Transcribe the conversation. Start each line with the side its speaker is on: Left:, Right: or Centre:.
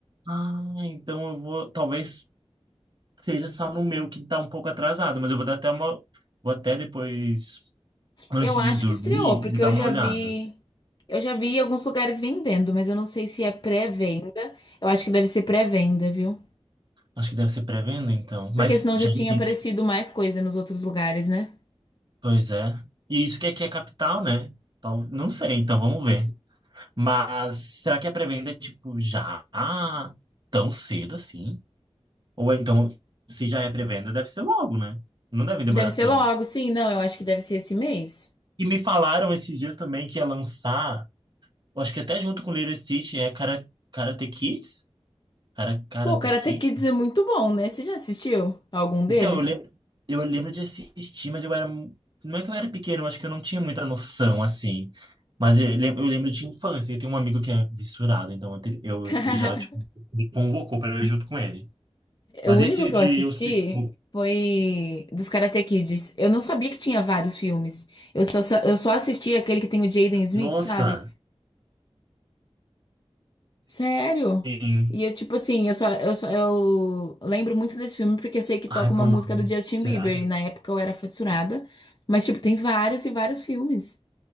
Right: Ah, então eu vou. Talvez seja só no meu que tá um pouco atrasado, mas eu vou dar até uma. Vou até depois, antes
Left: Eu acho
Right: de dormir,
Left: que estreou, porque
Right: de dar
Left: eu
Right: uma
Left: já
Right: olhada.
Left: vi. Eu já vi em alguns lugares vendendo, mas eu não sei se é pré-venda. Eu acho que deve ser pré-venda, viu?
Right: Acho que deve ser pré-venda, então. Mas
Left: Porque senão
Right: já
Left: já tinha
Right: existe.
Left: aparecido mais coisa nos outros lugares, né?
Right: Pois é. E isso que aqui é capital, né? Tal- Não sei, então vamos ver. Mas será que a pré-venda é tipo já tão cedo assim? Ou é, então, se já é pré-venda, deve ser logo, né? Não deve demorar
Left: Deve ser
Right: tanto.
Left: logo, sim. Não, eu acho que deve ser esse mês.
Right: E me falaram esses dias também que ia lançar, eu acho que até junto com Little Stitch, é Kara- Karate Kids? Kara- Karate
Left: Pô, o Karate
Right: Kids?
Left: Kids é muito bom, né? Você já assistiu algum deles?
Right: Então, eu lembro, eu lembro de assistir, mas eu era. mu- Não é que eu era pequeno, eu acho que eu não tinha muita noção, assim. Mas eu lembro, eu lembro de infância. Eu tenho um amigo que é vissurado, então eu, te- eu-
Left: <laughs>
Right: ele já tipo, me convocou para eu ir junto com ele. Mas
Left: O único
Right: esse
Left: que
Right: de
Left: eu assisti
Right: Os Pitbull.
Left: foi dos Karate Kids. Eu não sabia que tinha vários filmes. Eu só, eu só assisti aquele que tem o Jaden Smith,
Right: Nossa!
Left: sabe? Sério?
Right: Sim.
Left: E eu, tipo assim, eu só, eu só- eu lembro muito desse filme porque eu sei que toca
Right: Ai,
Left: uma
Right: por
Left: música
Right: nome.
Left: do Justin
Right: Será?
Left: Bieber. E na época eu era fissurada. Mas, tipo, tem vários e vários filmes.